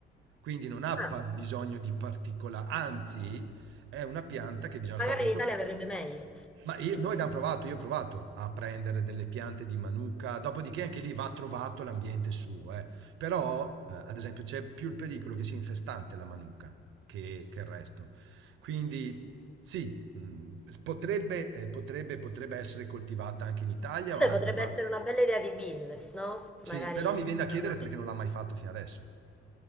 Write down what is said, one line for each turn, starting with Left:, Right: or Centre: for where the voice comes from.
Right: Quindi non ha
Centre: Ah,
Right: pa bisogno di particola anzi è una pianta che bisogna
Centre: magari
Right: stare attento
Centre: in Italia verrebbe meglio.
Right: ma io- noi abbiamo provato, io ho provato a prendere delle piante di Manuka, dopodiché anche lì va trovato l'ambiente suo, eh. Però, eh, ad esempio, c'è più il pericolo che sia infestante la Manuka che, che il resto. Quindi, sì, mh, potrebbe, eh, potrebbe, potrebbe essere coltivata anche in Italia o
Centre: Vabbè,
Right: in altre
Centre: potrebbe
Right: parti.
Centre: essere una bella idea di business, no? Magari
Right: Sì, però mi viene da chiedere
Centre: fare una piattaforma.
Right: perché non l'ha mai fatto fino adesso.